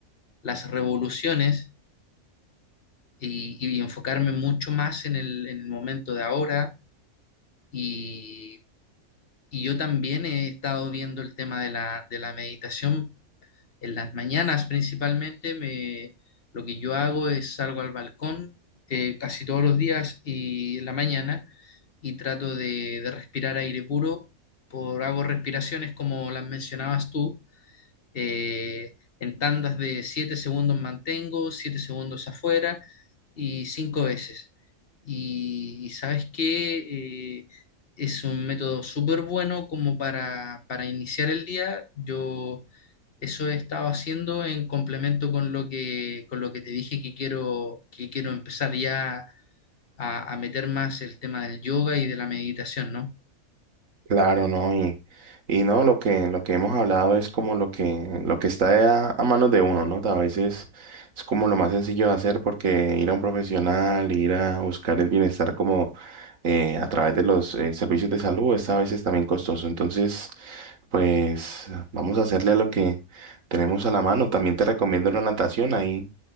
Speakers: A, on the left (about 45°); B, on the right (about 65°).
A: las revoluciones y, y enfocarme mucho más en el, en el momento de ahora. Y, y yo también he estado viendo el tema de la, de la meditación en las mañanas principalmente. Me, lo que yo hago es salgo al balcón eh, casi todos los días y en la mañana y trato de, de respirar aire puro. Por, hago respiraciones como las mencionabas tú, eh, en tandas de 7 segundos mantengo, 7 segundos afuera y 5 veces. Y, y sabes que es un método súper bueno como para, para iniciar el día. Yo eso he estado haciendo en complemento con lo que, con lo que te dije que quiero, que quiero empezar ya a, a meter más el tema del yoga y de la meditación, ¿no?
B: Claro, ¿no? Y, y no, lo que, lo que hemos hablado es como lo que, lo que está a, a manos de uno, ¿no? A veces es como lo más sencillo de hacer porque ir a un profesional, ir a buscar el bienestar como eh, a través de los eh, servicios de salud es a veces también costoso. Entonces, pues vamos a hacerle a lo que tenemos a la mano. También te recomiendo la natación. Ahí,